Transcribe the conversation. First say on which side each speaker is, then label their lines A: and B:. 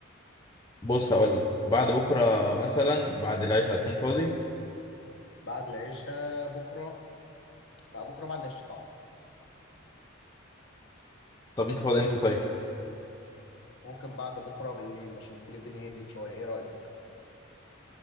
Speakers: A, on the left (about 20°); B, on the left (about 65°).
A: بص اقول لك بعد بكرة مثلا بعد العشاء هتكون فاضي
B: بعد العشاء بكره لا بكره بعد العشاء صعب
A: طب انت فاضي امتى طيب؟
B: ممكن بعد بكره بالليل عشان تكون الدنيا هديت شويه ايه رايك